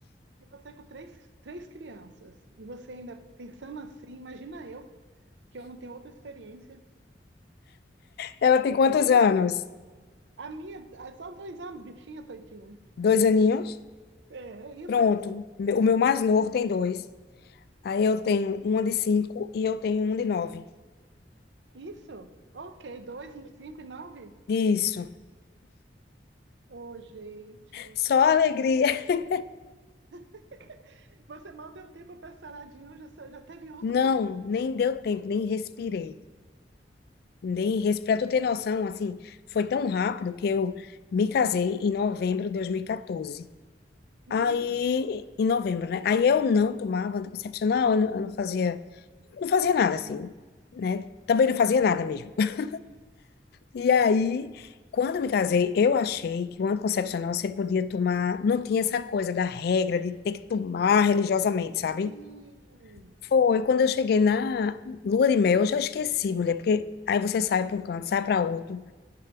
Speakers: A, on the right; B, on the left.
A: e você com três, três crianças, e você ainda pensando assim, imagina eu, que eu não tenho outra experiência.
B: Ela tem quantos
A: Eu fico,
B: anos?
A: a minha, é só dois anos, bichinha, tadinha.
B: Dois aninhos?
A: É, e
B: Pronto.
A: os seus?
B: Meu- O meu mais novo tem dois. Aí eu tenho uma de cinco e eu tenho um de nove.
A: Isso? Ok, dois, cinco e nove?
B: Isso.
A: Ô, gente.
B: Só alegria. <laughs>
A: <laughs> Você mal deu tempo para saradinho, já, sa- já teve outro.
B: Não,
A: pro-
B: nem deu tempo, nem respirei. Nem para tu ter noção, assim, foi tão rápido que eu me casei em novembro de 2014.
A: Uhum,
B: Aí, em novembro, né? Aí eu não tomava anticoncepcional, eu não, eu não fazia, não fazia nada, assim, né?
A: sim.
B: Também não fazia nada mesmo. <laughs> E aí, quando eu me casei, eu achei que o anticoncepcional você podia tomar, não tinha essa coisa da regra de ter que tomar religiosamente,
A: Sim.
B: sabe? Foi quando eu cheguei na lua de mel, eu já esqueci, mulher, porque aí você sai para um canto, sai para outro.